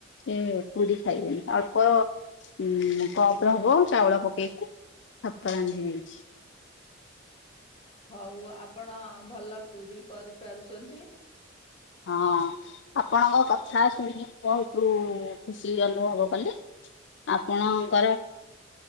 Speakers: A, on the left (about 65°); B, on the left (about 30°).
A: ଏ- ପୁରୀ ଖାଇବେନି ଅଳ୍ପ ଉ କପ ର ହୁଅ ଚାଉଳ ପକେଇକି ଭାତ ରାନ୍ଧି ଦେଇଛି।
B: ହଉ ଆପଣ ଭଲ ପୁରୀ କରିପାରୁଛନ୍ତି।
A: ହଁ। ଆପଣଙ୍କ କଥା ଶୁଣିକି ମୁ ବହୁତୁ ଖୁସି ଅନୁଭବ କଲି ଆପଣ ଙ୍କର